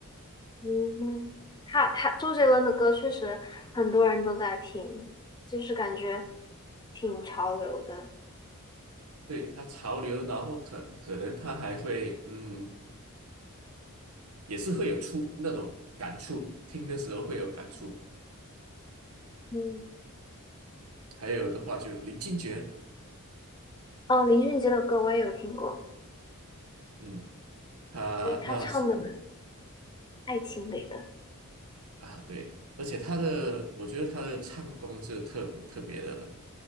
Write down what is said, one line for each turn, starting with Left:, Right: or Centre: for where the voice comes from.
Left: 嗯，他他周杰伦的歌确实很多人都在听，就是感觉挺潮流的。
Right: 对，他潮流，然后可可能他还会，嗯，也是会有触那种感触，听的时候会有感触。
Left: 嗯，
Right: 还有的话就林俊杰，
Left: 哦，林俊杰的歌我也有听过，
Right: 嗯，他那是
Left: 觉得他唱的爱情类的。
Right: 啊，对，而且他的，我觉得他的唱功是特别特别的